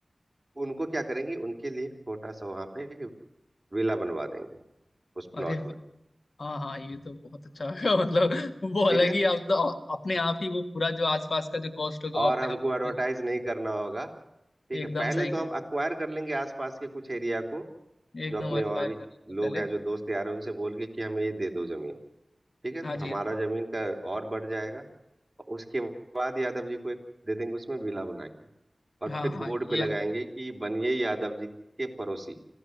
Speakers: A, on the right (about 15°); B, on the left (about 80°).
A: उनको क्या करेंगे उनके लिए छोटा सा वहां पे विला बनवा देंगे उस प्लॉट
B: अरे
A: में
B: हाँ हाँ ये तो बहुत अच्छा होगा <laughs> मतलब वो अलग
A: ठीक है
B: ही आप अपने आप ही वो पूरा जो आसपास का जो कॉस्ट होगा वो
A: और
B: अपने
A: हमको
B: आप
A: एडवर्टाइज
B: ही-
A: नहीं करना होगा ठीक
B: एकदम
A: है पहले
B: सही
A: तो
B: कह
A: हम
B: रहे
A: अक्वायर कर लेंगे आसपास के कुछ एरिया को
B: हैं एकदम
A: जो अपने
B: एक्सपायर
A: और भी
B: करने से पहले
A: लोग हैं जो दोस्त यार हैं उनसे बोल के कि हमें ये दे दो जमीन ठीक है
B: हाँ
A: तो
B: जी
A: हमारा जमीन का और बढ़ जाएगा उसके बाद यादव जी को एक दे देंगे उसमें विला बना के और
B: हाँ
A: फिर
B: हाँ हाँ
A: बोर्ड पे
B: ये
A: लगाएंगे
B: अच्छा रहेगा
A: कि बनिए यादव जी के पड़ोसी